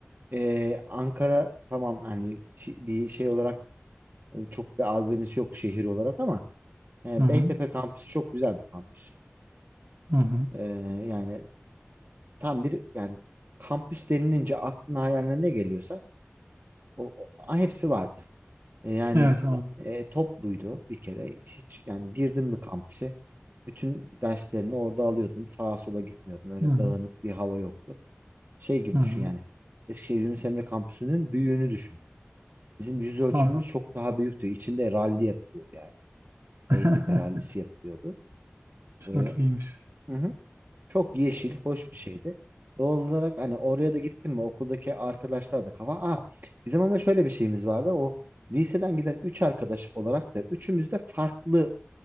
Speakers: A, on the right; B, on the right.
A: Ee, Ankara tamam hani şi- bir şey olarak e, çok bir albenisi yok şehir olarak ama e,
B: <laughs> Hı hı.
A: Beytepe kampüsü çok güzel bir kampüstü.
B: Hı hı.
A: Ee, yani tam bir yani kampüs denilince aklına hayaline ne geliyorsa o, o- hepsi vardı. E, yani
B: Evet abi.
A: e, topluydu bir kere. Hiç yani girdin mi kampüse bütün derslerini orada alıyordun. Sağa sola gitmiyordun. Öyle
B: Hı hı.
A: dağınık bir hava yoktu. Şey gibi
B: Hı hı.
A: düşün yani. Eskişehir Yunus Emre kampüsünün büyüğünü düşün. Bizim yüz ölçümümüz
B: Anladım.
A: çok daha büyüktü. İçinde ralli yapılıyordu yani.
B: <laughs>
A: Beytepe rallisi yapılıyordu.
B: Çok
A: Ee,
B: iyiymiş.
A: hı hı. Çok yeşil, hoş bir şeydi. Doğal olarak hani oraya da gittim mi okuldaki arkadaşlar da kafa. Aa, bizim ama şöyle bir şeyimiz vardı. O liseden giden üç arkadaş olarak da üçümüz de farklı